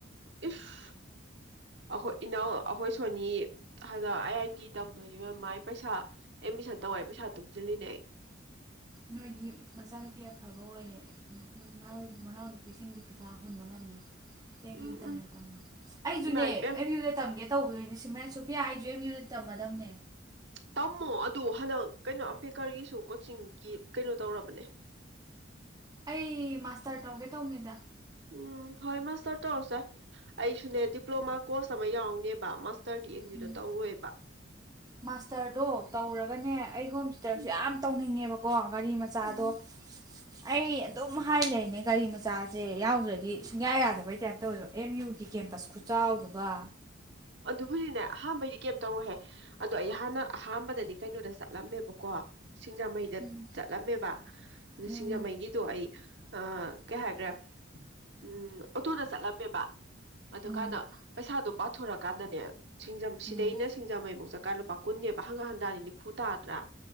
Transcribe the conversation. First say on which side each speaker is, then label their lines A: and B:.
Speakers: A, on the right; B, on the right.
A: ꯏꯐ ꯑꯩꯈꯣꯏ ꯏꯅꯥꯎ ꯑꯩꯈꯣꯏ ꯁꯣꯅꯤ ꯍꯟꯗꯛ ꯑꯥꯏ ꯑꯥꯏ ꯇꯤ ꯇꯝꯗꯣꯏꯅꯤꯃꯥꯏ ꯄꯩꯁꯥ ꯑꯦꯠꯃꯤꯁꯟ ꯇꯧꯦ ꯄꯩꯁꯥ ꯇꯨꯡꯁꯤꯜꯂꯤꯅꯦ ꯑꯩ
B: ꯅꯣꯏꯒꯤ ꯃꯆꯥꯅꯨꯄꯤ ꯑꯐꯕ ꯑꯣꯏꯌꯦꯎ ꯃꯅꯥꯎꯅꯨꯄꯤꯁꯤꯡꯗꯨ ꯄꯩꯁꯥ ꯍꯨꯟꯕ ꯉꯝꯃꯦ ꯑꯦꯝ
A: ꯎꯝ
B: ꯌꯨ ꯇꯝꯅ
A: ꯎꯝ
B: ꯇꯝꯅ ꯑꯩꯁꯨꯅꯦ
A: ꯏꯃꯥ ꯏꯄꯦꯝ
B: ꯑꯦꯝ ꯌꯨꯗ ꯇꯝꯒꯦ ꯇꯧꯤꯗꯣꯏꯅꯦ ꯁꯤꯃꯦꯟ ꯁꯨꯐꯌꯥ ꯍꯥꯏꯗ꯭ ꯑꯦꯝ ꯌꯨꯅꯤꯠ ꯇꯝꯃꯗꯕꯅꯦ
A: ꯇꯝꯃꯣ ꯑꯗꯨ ꯍꯟꯗꯛ ꯀꯩꯅꯣ ꯑꯝꯕꯦꯗꯀꯔꯒꯤꯁꯨ ꯀꯣꯆꯤꯡꯒꯤ ꯀꯩꯅꯣ ꯇꯧꯔꯕꯅꯦ
B: ꯑꯩ ꯃꯥꯁꯇꯔ ꯇꯧꯒꯦ ꯇꯧꯉꯗ
A: ꯎꯝ ꯍꯣꯏ ꯃꯥꯁꯇꯔ ꯇꯧꯔꯁꯦ ꯑꯩꯁꯨꯅꯦ ꯗꯤꯄ꯭ꯂꯣꯃꯥ ꯀꯣꯔꯁ ꯑꯃ ꯌꯥꯎꯅꯦꯕꯁ ꯇꯔꯗꯤ ꯑꯦꯝ ꯌꯨꯗ
B: ꯎꯝ
A: ꯇꯧꯔꯣꯏꯕ
B: ꯃꯥꯁꯇꯔꯗꯣ ꯇꯧꯔꯒꯅꯦ ꯑꯩ ꯍꯣꯝꯁꯇꯤꯇꯔꯁ
A: ꯎꯝ
B: ꯌꯥꯝ ꯇꯧ ꯈꯪꯅꯤꯡꯉꯦꯕꯀꯣ ꯒꯥꯔꯤ ꯃꯆꯥꯗꯣ
A: ꯎꯝ
B: ꯑꯩ ꯑꯗꯨꯝ ꯍꯥꯏ ꯂꯩꯅꯦ ꯒꯥꯔꯤ ꯃꯆꯥꯁꯦ ꯌꯥꯎꯗ꯭ꯔꯗꯤ ꯁꯨꯡꯌꯥ ꯌꯥꯗꯕꯩ ꯇꯥꯏꯞꯇ ꯑꯣꯏꯋꯗꯣ ꯑꯦꯝ ꯌꯨꯒꯤ ꯀꯦꯝꯄꯁ ꯈꯨꯆꯥꯎꯗꯨꯒ
A: ꯑꯗꯨꯕꯨꯗꯤꯅꯦ ꯑꯍꯥꯟꯕꯩꯗꯤ ꯀꯩ ꯇꯧꯔꯨꯍꯦ ꯑꯗꯣ ꯑꯩ ꯍꯥꯟꯅ ꯑꯍꯥꯟꯕꯗꯗꯤ ꯀꯩꯅꯣꯗ ꯆꯠꯂꯝꯃꯦꯕꯀꯣ ꯁꯤꯡꯖꯃꯩꯗ
B: ꯎꯝ
A: ꯆꯠꯂꯝꯃꯦꯕ ꯑꯗꯨ
B: ꯎꯝ
A: ꯁꯤꯡꯖꯃꯩꯒꯤꯗꯣ ꯑꯩ ꯑ ꯀꯩ ꯍꯥꯏꯈ꯭ꯔꯦ ꯎꯝ ꯑꯣꯇꯣꯗ ꯆꯠꯂꯝꯃꯦꯕ ꯑꯗꯨꯀꯥꯟꯅ
B: ꯎꯝ
A: ꯄꯩꯁꯥꯗꯨꯣ ꯄꯊꯣꯔꯛ ꯀꯥꯟꯗꯅꯦ ꯁꯤꯡꯖꯝ ꯁꯤꯗꯩꯅ
B: ꯎꯝ
A: ꯁꯤꯡꯖꯥꯃꯩꯐꯧ ꯆꯠ ꯀꯥꯟ ꯂꯨꯄꯥ ꯀꯨꯟꯅꯦꯕ ꯍꯪꯒꯠ ꯍꯟꯗꯥꯗꯤ ꯅꯤꯐꯨ ꯇꯥꯗ꯭ꯔꯥ